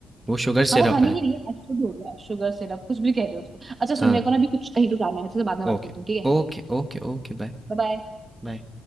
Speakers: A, on the right; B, on the right.
A: वो शुगर
B: हाँ
A: सिरप
B: वो हनी
A: है।
B: ही नहीं है अशुद्ध हो गया शुगर सिरप कुछ भी कह दे उसको अच्छा सुन
A: हाँ,
B: मेरे को ना अभी कुछ कहीं पे जाना है मैं तुझसे बाद में बात
A: okay,
B: करती हूँ ठीक है
A: okay, okay, okay, bye,
B: Bye bye.
A: bye.